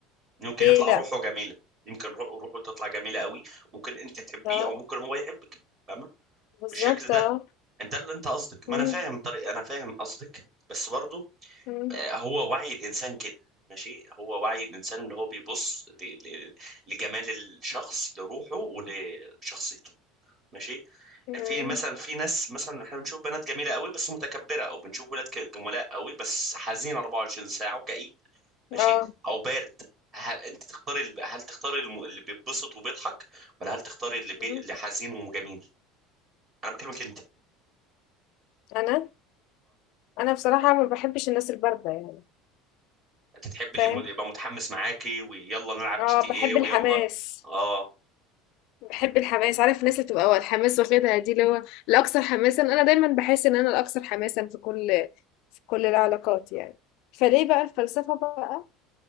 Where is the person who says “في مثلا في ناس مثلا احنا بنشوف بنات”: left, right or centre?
Right